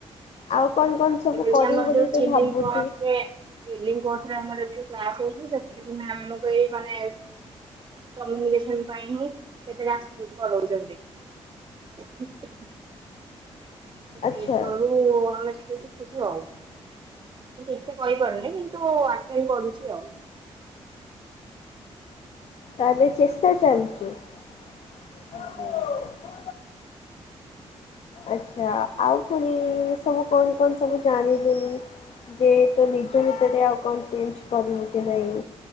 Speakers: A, on the left; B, on the right.
A: ଆଉ କଣ କଣ ସବୁ
B: ଏବେ
A: କରିବୁ
B: ଯେ ଆମର
A: ବୋଲି
B: ଯୋଉ
A: ତୁ
B: ଚିଲିଙ୍କରେ
A: ଭାବୁଛୁ
B: ଚିଲିକଟରେ ଆମର ବି ୟ ଯୋଉଁ କ୍ଲାସ ହେଉଛି <unintelligible> ଏଇ ମାନେ କମିନି କେସନ ପାଇଁ ହିଁ <unintelligible> ସେ କରଛନ୍ତି। <unintelligible>
A: ଆଚ୍ଛା
B: ସେଇଥିରରୁ ଆମେ ଟିକେ ଶିଖୁଛୁ ଆଉ, ମୁ ଠିକ ସେ କହିପାରୁନି କିନ୍ତୁ-ଉ-ଉ-ଉ ଆଟେନ୍ କରୁଛି ଆଉ।
A: ତାହଲେ ଚେଷ୍ଟା ଚାଲିଛି। <unintelligible>
B: ହୁଁ
A: ଆଛା ଆଉ ପୁଣି-ଇ-ଇ-ଇ ସବୁ କଣ କଣ ସବୁ ଜାଣିଲୁନି ଯେ ତୁ ନିଜ ଭିତରେ ଆଉ କ ଚେଞ୍ଜ କରିବୁ କି ନାଇଁ